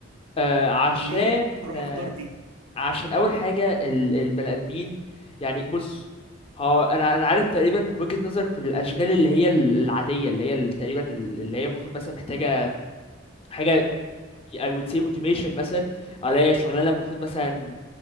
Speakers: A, on the left; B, on the right.
A: آه، عشان
B: ليه هروح
A: آه،
B: اختار دي
A: عشان اول حاجة ال- البني ادمين يعني بص ها انا انا عارف تقريبا وجهة نظرك في الاشغال اللي هي ال- العادية اللي هي ال- تقريبا ال- اللي هي المفروض مثلا محتاجة حاجة I would say automation مثلا عليا شغلانه المفروض مثلا